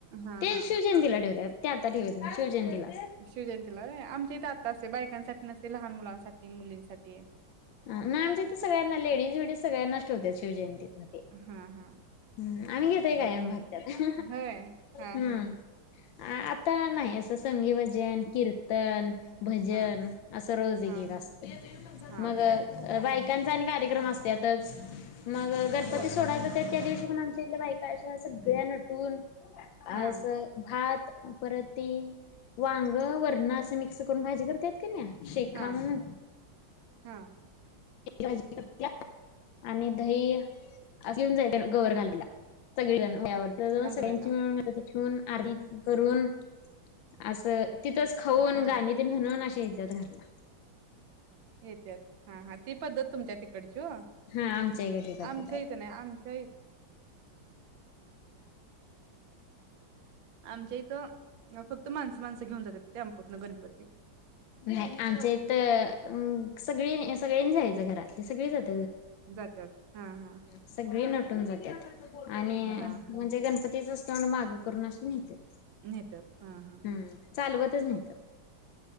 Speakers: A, on the right; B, on the left.
A: हा
B: ते
A: हा
B: शिवजयंतीला ठेवत्यात. ते आता ठेवित नाही शिवयंतीला
A: शिवजयंतीला व्हय, आमचे हित आता असतय बायकांसा नसतय लहान मुलांसाठी मुलींसाठीये.
B: नाय आमच्या इथ सगळ्यांना लेडीज वेडीज सगळ्यांनाच ठेवत्यात शिवजयंतीमध्ये
A: हा हा
B: हम्म आम्ही घेतोय कायम भाग त्यात
A: होय हा
B: हूं
A: हा
B: अ आता नाही असं संगी भजन आणि कीर्त र्तन
A: हा
B: भजन
A: हा
B: असं रोज एक
A: हा
B: एक असतय.
A: हा
B: मग
A: हा
B: बाय त्यांचा आणि कार्यक्रम असतयातच. मग गणपती
A: होय
B: सोडाया जात्यात त्या दिवशी पण आमच्या इथल्या बायका अशा सगळ्या नटून असं
A: हा
B: भात परत ती वांग वरण असं मिक्स करून भाजी करतेत कीनाय शेखा
A: हा
B: म्हणून
A: हा
B: भाजी आणि दही अस घेऊन जायचं गवर घालायला सगळीजणं, <unintelligible>
A: घालवायला
B: आर <unintelligible> करून असं तिथच खाऊन
A: हा
B: गाणी ते म्हणून द धरला.
A: येत्यात हा हा ती पद्धत तुमच्या तिकडची हो
B: हा आमच्या इकडची पद्धत
A: आमच्या
B: हाय.
A: इथं नाही आमच्या इ आमच्या इथं अ, फक्त माणसं माणसं घेऊन जातात टेम्पोतनं गणपती
B: नाही आमच्या इथं अ सगळे सगळयांनी जायचं घरातली सगळे जातात.
A: जात्यात हा हा
B: सगळी नटून जातात आणि
A: हा हा
B: म्हणजे गणपतीच तोंड माघ करून अस नेत्यात.
A: नेत्यात हा हा.
B: हम्म चालवतच नेत्यात.